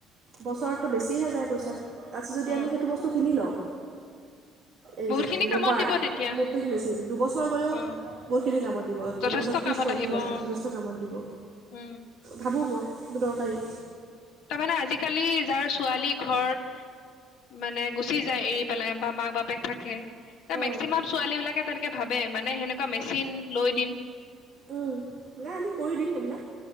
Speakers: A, on the right (about 30°); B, on the left (about 65°).
A: বছৰটো বেছিহে যায় পইচা। তাছত যদি
B: অ
A: আমি সেইটো বস্তু কিনি লওঁ। এই
B: বহুত
A: যে,
B: খিনি
A: মপাৰ,
B: কামত দিব তেতিয়া
A: মপিং মেচিন দুবছৰ গ'লেও
B: অ
A: বহুতখিনি কামত দিব
B: যথেষ্ট
A: দুবছৰত ত্ৰিছ
B: কামত
A: পঁয়ত্ৰিছ
B: আহিব
A: হাজাৰ
B: অ
A: যথেষ্ট কামত দিব।
B: উম
A: ভাবোঁ মই এইটো দৰকাৰী।
B: তাৰমানে আজিকালি যাৰ ছোৱালী ঘৰত মানে গুচি যায়, এৰি পেলাই বা মাক বাপেক থাকে এ,
A: অঁ
B: মেক্সিমাম ছোৱালী বিলাকে তেনেকে ভাব বে, মানে সেনেকুৱা মেচিন লৈ দিম।
A: উম, নাই আমি কৰি দিম সেইবিলাক।